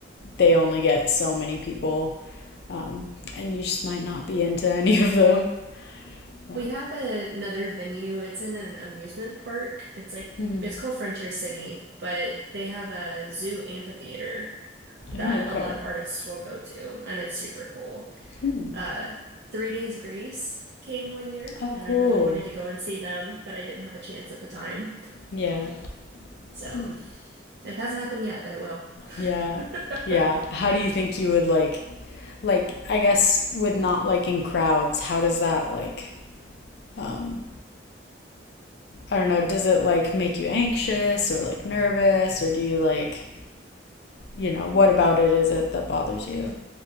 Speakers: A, on the left; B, on the right.
A: they only get so many people, um, and you just might not be into <laughs> any of them. Uh,
B: We have another venue. It's in an amusement park. It's like
A: hmm.
B: it's called Frontier City, but they have a zoo amphitheater that
A: Oh,
B: a
A: okay.
B: lot of artists will go to, and it's super cool.
A: Hmm.
B: Uh, Three Days Grace came one year,
A: Oh,
B: and
A: cool.
B: I really wanted to go and see them, but I didn't have a chance at the time.
A: Yeah.
B: So
A: Hmm.
B: it hasn't happened yet, but it will.
A: Yeah.
B: <laughs>
A: Yeah. How do you think you would like, like, I guess with not liking crowds, how does that like, um, I don't know, does it like make you anxious or like nervous or do you like, you know, what about it is it that bothers you?